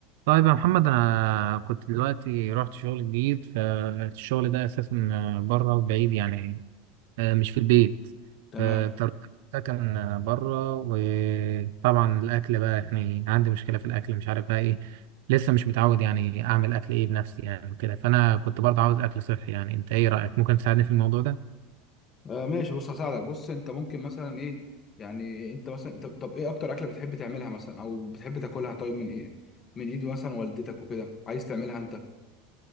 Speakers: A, on the right; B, on the left.
A: طيب يا محمد انا كنت دلوقتي رحت شغل جديد فالشغل ده اساسا بره بعيد يعني آه، مش في البيت
B: تمام
A: فاضطريت آخد سكن آه، بره وطبعا الاكل بقى يعني عندي مشكله في الاكل مش عارف بقى ايه لسه مش متعود يعني اعمل اكل ايه بنفسي يعني وكده فانا كنت برضه عاوز اكل صحي يعني انت ايه رايك ممكن تساعدني في الموضوع ده
B: آه ماشي بص هساعدك بص انت ممكن مثلا ايه يعني انت مثلا طب طب ايه اكتر اكله بتحب تعملها مثلا او بتحب تاكلها طيب من ايه من ايد مثلا والدتك وكده عايز تعملها انت